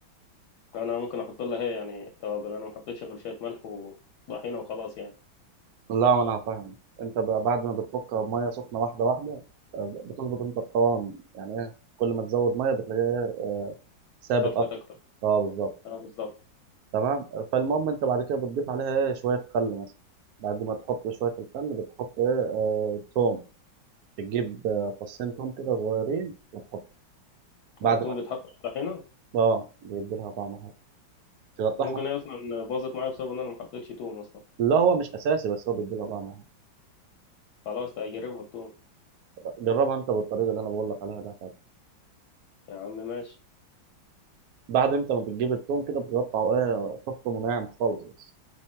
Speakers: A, on the left; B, on the right.
A: انا ممكن احط لها هي يعني توابل انا ما حطيتش غير شويه ملح وطحينه وخلاص يعني
B: لا ما انا هفهم انت بقى بعد ما بتفكها بميه سخنه واحده واحده آه، بتظبط انت القوام يعني ايه كل ما تزود ميه بتلاقيه إيه؟ ثابت
A: خفت
B: اكتر
A: اكتر
B: اه بالظبط
A: اه بالظبط
B: تمام فالمهم انت بعد كده بتضيف عليها ايه شويه خل مثلا بعد ما تحط شويه الخل بتحط ايه آه توم بتجيب آه، فصين توم كده صغيرين وتحط بعد
A: والثوم
B: ما
A: بيتحط في الطحينه
B: اه بيدي لها طعم حلو تقطعهم
A: ممكن هي اصلا باظت معايا بسبب ان انا ما حطيتش توم اصلا
B: لا هو مش اساسي بس هو بيدي لها طعم حلو
A: خلاص هجربها بتوم
B: جربها انت بالطريقه اللي انا بقول لك عليها ده
A: يا عم ماشي
B: بعد انت ما بتجيب التوم كده بتقطع ايه تفطم وناعم خالص بس